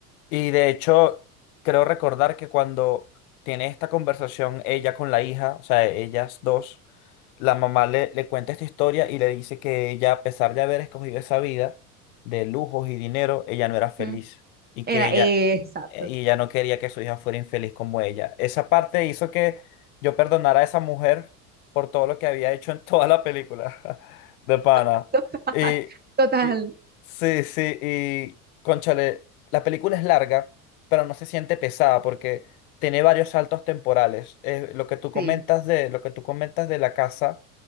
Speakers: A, on the left; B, on the right.
A: y de hecho, creo recordar que cuando tiene esta conversación ella con la hija, o sea, ellas dos, La mamá le, le cuenta esta historia y le dice que ella, a pesar de haber escogido esa vida de lujos y dinero, ella no era
B: Ujú.
A: feliz y
B: Era,
A: que ella,
B: eh, exacto,
A: eh, y ella no quería que su hija fuera infeliz como ella. Esa parte hizo que yo perdonara a esa mujer por todo lo que había hecho en <laughs> toda la película <laughs> de pana.
B: <laughs> total,
A: Y,
B: total,
A: y- sí, sí, y cónchale, la película es larga, pero no se siente pesada porque tiene varios saltos temporales. Eh, lo que tú comentas
B: sí,
A: de, lo que tú comentas de la casa,